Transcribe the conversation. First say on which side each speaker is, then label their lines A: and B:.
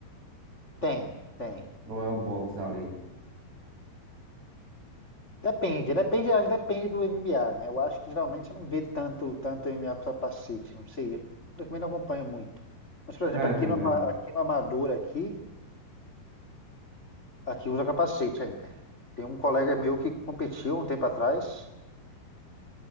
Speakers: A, on the left; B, on the right.
A: tem, tem.
B: Ou é o box ali?
A: Depende, depende, acho que depende do MMA, né? Eu acho que geralmente você não vê tanto, tanto MMA com capacete, não sei. Eu também não acompanho muito. Mas, por exemplo,
B: É,
A: aqui
B: também.
A: no, ama- aqui
B: é.
A: no Amador, aqui, aqui usa capacete ainda. Tem um colega meu que competiu um tempo atrás,